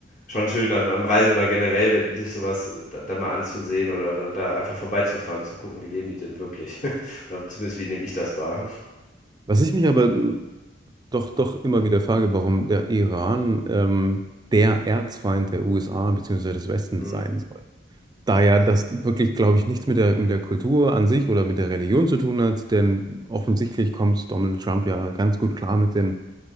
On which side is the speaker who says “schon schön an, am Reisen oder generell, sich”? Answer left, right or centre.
Left